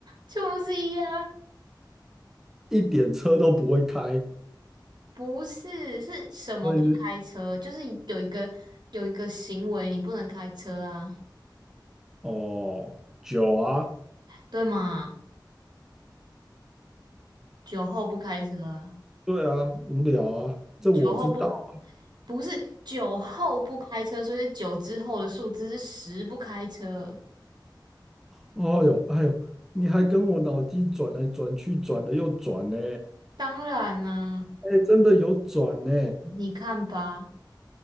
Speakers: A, on the right (about 65°); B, in the centre.
A: 就是呀，
B: 一点车都不会开，
A: 不是，是什么不开车？
B: 所以
A: 就是有一个有一个行为你不能开车啊，
B: 哦，酒啊，
A: 对吗？酒后不开车啊
B: 对啊，无聊啊，这我知道。
A: 酒后不不是酒后不开车，所以是酒之后的数字是十不开车。
B: 哦哟，哎呦，你还跟我脑筋转来转去，转了又转呢。
A: 当然啦、
B: 哎，真的有转呢，
A: 你看吧。